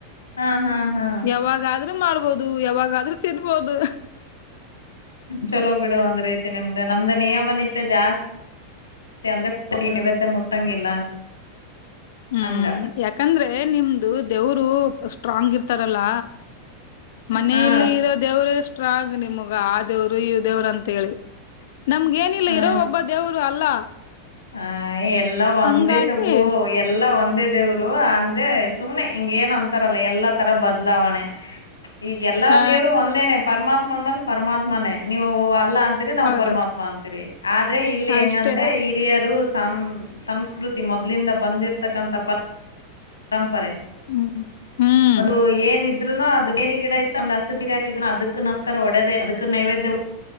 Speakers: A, on the left; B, on the left.
A: ಹಾ ಹಾ ಹಾ
B: ಯಾವಾಗಾದ್ರೂ ಮಾಡ್ಬೋದು ಯಾವಾಗಾದ್ರೂ ತಿನ್ಬೋದು
A: ಚಲೋ ಬಿಡು ಒಂದ್ ರೀತಿ ನಿಮ್ದು ನಮ್ದ ನಿಯಮನತ್ಯ ಜಾಸ್ತಿ ಮ ಅಂದ್ರೆ ಪ ನೈವೇದ್ಯ ಮುಟ್ಟಂಗಿಲ್ಲ
B: ಹ್ಮ್
A: ಹಂಗ
B: ಯಾಕಂದ್ರೆ ನಿಮ್ದು ದೇವರು ಸ್ಟ್ರಾಂಗ್ ಇರ್ತಾರಲ್ಲ ಮನಲಿ
A: ಹಾ
B: ಇರೋ ದೇವ್ರೇ ಸ್ಟ್ರಾಂಗ್ ನಿಮಗ ಆ ದೇವ್ರು ಈ ದೇವ್ರ ಅಂತ ಅಂತ ಹೇಳಿ ನಮಗ ಏನಿಲ್ಲ
A: ಹಾ
B: ಇರೋ ಒಬ್ಬ ದೇವರು ಅಲ್ಲ
A: ಹ ಎಲ್ಲ ಒಂದೇ
B: ಹಂಗಾಗಿ
A: ಶಬು ಎಲ್ಲಾ ಒಂದೇ ದೇವ್ರು ಅಂದ್ರೆ ಸುಮ್ನೆ ಹಿಂಗ ಏನ್ ಅಂತಾರಲ್ಲ ಎಲ್ಲಾ ತರ ಬದಲಾವಣೆ ಈಗೆ ಎಲ್ಲಾ
B: ಹಾ
A: ದೇವ್ರು ಒಂದೇನೆ ಪರಮಾತ್ಮ ಅಂದ್ಮೇಾಲ ಪರಮಾತ್ಮನೇ ನೀವು ಅಲ್ಲ ಅಂತೀರಿ ನಾವ್
B: ಹೌದು
A: ಪರಮಾತ್ಮ ಅಂತೀರಿ ಆದ್ರೆ ಇಲ್ಲಿ
B: ಅಷ್ಟೇ
A: ಹೆಂಗಂದ್ರೆ ಹಿರಿಯರು ಸಂ ಸಂಸ್ಕೃತಿ ಮೊದ್ಲಿಂದ ಬಂದಿರ್ತಕ್ಕಂಥ ಪರಂಪರೆ
B: ಹ್ಮ್ ಹ್ಮ್
A: ಒಂದು ಏನ ಇದ್ನು ಅದು ನೇನಿ ಗಿಡ ಇತ್ತು ಅಂದ ಹಸಿೀರಿ ಹಾಕಿದ್ರು ಅದಕ್ಕ ನಮಸ್ಕಾರ ಒಡೇದ ಅದಕ್ಕಕ್ಕೆ ನೈವೇದ್ಯ